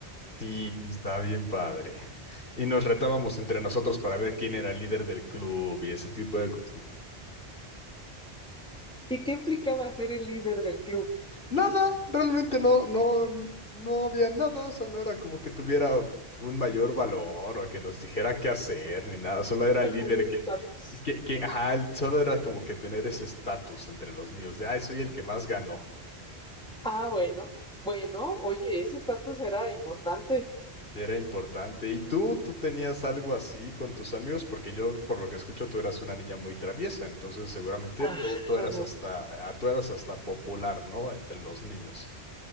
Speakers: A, on the left; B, in the centre.
A: Sí, estaba bien padre. Y nos retábamos entre nosotros para ver quién era el líder del club y ese tipo de cosas.
B: ¿Y qué implicaba ser el líder del club?
A: Nada, realmente no, no, no había nada, o sea, no era como que tuviera un mayor valor o que nos dijera qué hacer ni nada, solo era el
B: El
A: líder
B: mayor
A: quien,
B: estatus.
A: que, que, ajá, el- solo era como que tener ese estatus entre los niños de, ay, soy el que más ganó.
B: Ah, bueno. Bueno, oye, ese estatus era importante.
A: Era importante. ¿Y tú, tú tenías algo así con tus amigos? Porque yo, por lo que escucho, tú eras una niña muy traviesa, entonces seguramente
B: Ajá.
A: tú, tú eras hasta, ah, tú eras hasta popular, ¿no? Entre los niños.